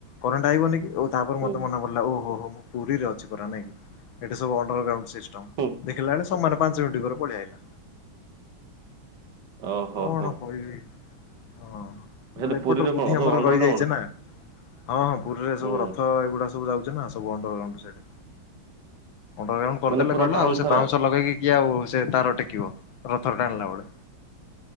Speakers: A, on the left; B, on the right.
A: କରେଣ୍ଟ ଆଇବନି କି। ଓହୋ ତାପରେ
B: ହୁଁ
A: ମୋତେ ମନେ ଓହୋ ହୋ ମୁଁ ପୁରୀରେ ଅଛି ପରା ନାଇଁ ଏଟା ସବୁ ଅଣ୍ଡର ଗ୍ରାଉଣ୍ଡ ସିଷ୍ଟମ।
B: ହୁଁ
A: ଦେଖିଲା ବେଳେ ସମାନେ ପାଞ୍ଚ ମିନିଟ ପରେ ପଳେଇ ଆଇଲା
B: ଓହୋ
A: କଣ।
B: ହୋ
A: କହିବି ହଁ
B: ହେଲେ
A: ବୋଲେ ଏପଟରେ
B: ପୁରୀରେ
A: ବୁଦ୍ଧି
B: କଣ ସବୁ
A: ଆମର
B: ଅଣ୍ଡରଗ୍ରାଉଣ୍ଡ
A: ରହିଯାଇଛି ନା। ହଁ ହଁ ପୁରୀରେ
B: ହୁଁ
A: ସବୁ ରଥ ଏଗୁଡା ସବୁ ଯାଉଛି ନା ସବୁ ଅଣ୍ଡର ଗ୍ରାଉଣ୍ଡ ସିଆଡେ। ଅଣ୍ଡର ଗ୍ରାଉଣ୍ଡ କରିଦେଲେ
B: ମାନେ ପୁରା
A: ଗଲା
B: ଟାଉନ
A: ଆଉ ସେ
B: ସାରା
A: ବାଉଁଶ ଲଗେଇକି କିଏ ଆଉ ସେ ତାର ଟେକିବ ରଥର ଟାଣିଲା ବେଳେ।